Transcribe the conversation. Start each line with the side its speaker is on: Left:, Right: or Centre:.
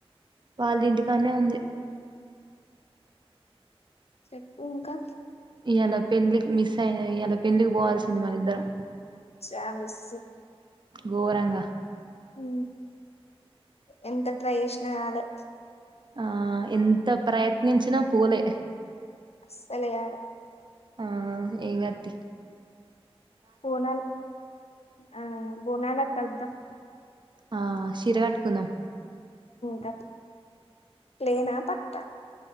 Right: వాలింటికానే ఉంది
Left: చెప్పు ఇంకా
Right: ఇయళ పెళ్లికి మిస్ అయినా ఇయాళ పెళ్డ్లికి బోవాల్సింది మన ఇద్దరం
Left: చా మిస్
Right: ఘోరంగా
Left: ఉ ఎంత ట్రై చేసినా కాలే
Right: ఆ ఎంత ప్రయత్నించినా పోలే
Left: అస్సలుగాలే
Right: ఆ ఎంగాతి
Left: బోనాల్ ఆ బోనాలకు గల్దం
Right: ఆ శిర కట్కుందాం
Left: ప్ప ప్లేనా పట్ట